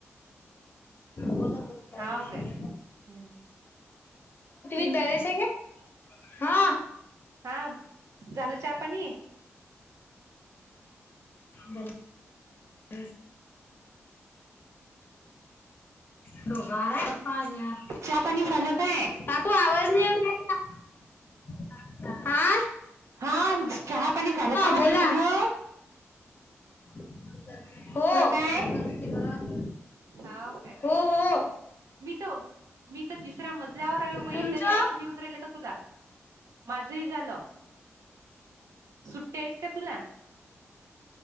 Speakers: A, on the left; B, on the right.
A: बोला
B: हाव
A: तुम्ही <unintelligible>
B: काय हम्म किती
A: तुझ्यात बॅलेन्स आहे काय? हां.
B: हां, झालं चहा पाणी?
A: बंद <unintelligible> तर पाणी आण.
B: चहा पाणी झालं काय
A: काकू आवाज नाही येऊन राहिला. आं
B: हां चहा पाणी झालं का म्हटलं
A: बोला
B: तुझ?
A: <unintelligible> हो,
B: काय
A: कुणाचं असते घरात?
B: हाव काय
A: हो हो
B: मी तर मी तर तिसऱ्या मजल्यावर आहे ओ बाई
A: तुमच्या?
B: तरी ऐकून येऊन राहिले का तुला? माझही झालं, सुट्टया आहेत का तुला?